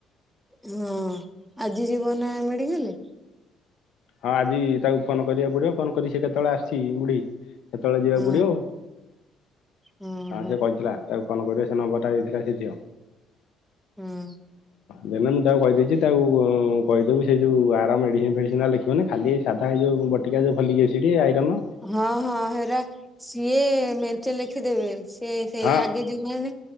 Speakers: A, in the centre; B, on the left.
A: ହଁ ଆଜି ଯିବ ନା ମେଡିକାଲ
B: ହଁ ଆଜି ତାକୁ ଫୋନ କରିବାକୁ ପଡିବ ଫୋନ କରି ସି କେତେବେଳେ ଆସିଛି ବୁଢୀ ସେତେବେଳେ ଯିବାକୁ
A: ହଁ
B: ପଡିବ ଆ
A: ହଁ
B: ଆଉ
A: ହଁ
B: ସେ କହିଥିଲା। ତାକୁ କଣ କରିବେ ସେ ନମ୍ବରଟା ଦେଇଥିଲା ସେ ଝିଅ
A: ହଁ
B: ଦେ ମୁଁ ତାକୁ କହିଦେଇଛି ତାକୁ କହିଦେବୁ ସେଇ ଯୋଉ ଆର ମେଡିସିନ ଫେଡିସିନ ଲେଖି ତୁହେ ଖାଲି ଏଇ ସାଧା ଏଇ ଯଉ ବଟିକା ଫୋଲିକ ଏସିଡ ଆଇରନ।
A: ହଁ ହଁ ହେରା ସିଏ ମେଞ୍ଚେ ଲେଖିଦେବେ ସିଏ ସେଇ
B: ହଁ
A: ଆଗେ ଯୁମାନେ